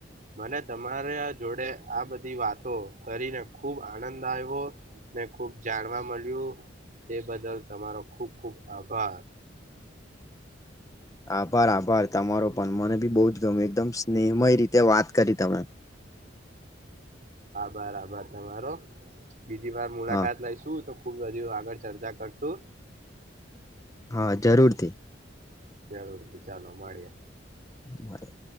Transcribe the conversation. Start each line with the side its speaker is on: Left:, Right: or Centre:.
Right: મને તમારા જોડે આ બધી વાતો કરીને ખુબ આનંદ આવ્યો. મેને ખુબ જાણવા મળ્યું તે બદલ તમારો ખુબ ખુબ આભાર.
Left: આભાર આભાર તમારો. પણ મને બી બહુ જ ગમ એકદમ સ્નેમય રીતે વાત કરી તમે.
Right: બરાબર તમારો બીજી વાર મુલાકાત
Left: હા
Right: લઈશું તો ખુબ બી આગળ ચર્ચા કરશું.
Left: હા જરૂરથી
Right: જરૂૃરથી ચાલો માડ્યા.
Left: માર <unintelligible>